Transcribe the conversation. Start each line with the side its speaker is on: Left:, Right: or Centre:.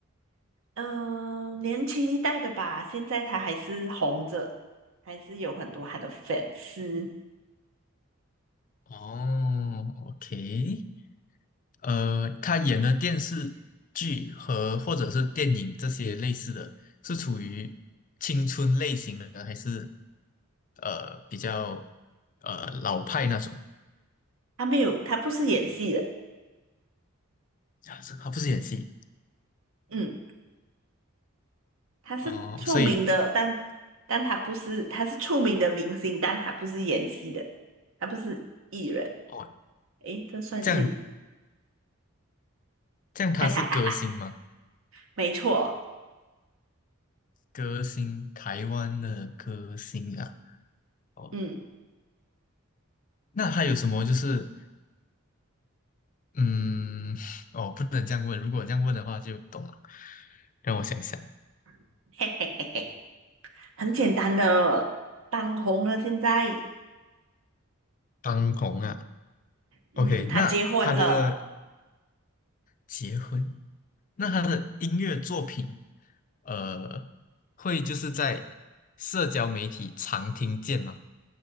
Right: 嗯、年轻一代的吧，现在他还是红着，还是有很多他的粉丝。
Left: 哦，OK，呃，他演的电视剧和或者是电影这些类似的，是处于青春类型的，还是呃比较呃老派那种？
Right: 他没有，他不是演戏的，
Left: 啊他不是演戏
Right: 嗯，他是出名的，
Left: 哦，所以
Right: 但但他不是，他是出名的明星，但他不是演戏的，他不是艺人。
Left: 哦，
Right: 诶，这算艺人？
Left: 这样
Right: <laughs>
Left: 这样他是歌星吗？
Right: 哈哈哈哈，没错，
Left: 歌星，台湾的歌星啊。哦，
Right: 嗯，
Left: 那还有什么就是，嗯，<laughs> 哦，不能这样问。如果这样问的话，就懂了。让我想想，
Right: <laughs> 嘿嘿嘿嘿，很简单的，当红了现在，
Left: 当红啊
Right: 嗯，
Left: ，OK，
Right: 他结婚了，
Left: 那他的结婚，那他的音乐作品，呃，会就是在社交媒体常听见吗？